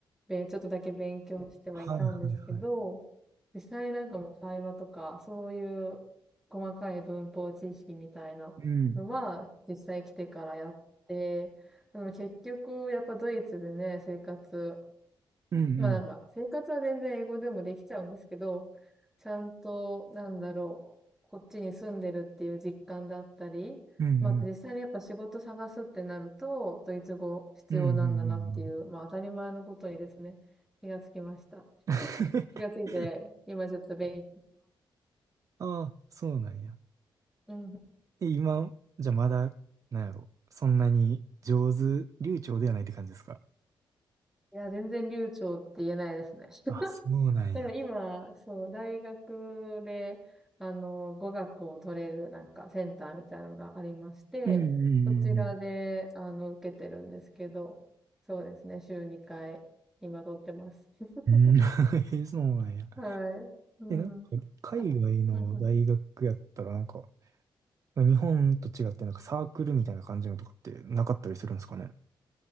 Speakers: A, in the centre; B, on the right.
A: べちょっとだけ勉強してはいたんですけど、
B: はい、はい、はい。
A: 実際になんかもう会話とか、そういう細かい文法知識みたいなのは、
B: うん、
A: 実際来てからやって、でも結局、やっぱドイツでね、生活
B: うん、
A: まあなんか、生活は全然英語でもできちゃうんですけど、ちゃんと、なんだろう、こっちに住んでるっていう実感だったり、
B: うん、うん、
A: まああと実際にやっぱ仕事探すってなると、ドイツ語必要なんだなっていう、
B: うん、うん、うん、うん。うん
A: まあ当たり前のことにですね、気がつきました。
B: <laughs>
A: 気がついて、今ちょっと勉強して。
B: ああ、そうなんや。
A: うん。
B: え、今、じゃあまだ、なんやろ。そんなに上手、流暢ではないって感じですか
A: いや、全然流暢って言えないですね。
B: あ、そうなんや。
A: だから今、そう、大学で、あの、語学を取れるなんかセンターみたいなのがありまして、
B: うんうんうんうん。
A: そちらで、あの、受けてるんですけど、そうですね、週2回、今取ってます。<laughs>
B: うん、<laughs> そうなんや。
A: はい。うん。
B: え、なんか、海外の大学やったら、
A: はうんうん
B: なんか、日本と違って、なんかサークルみたいな感じのとかってなかったりするんですかね。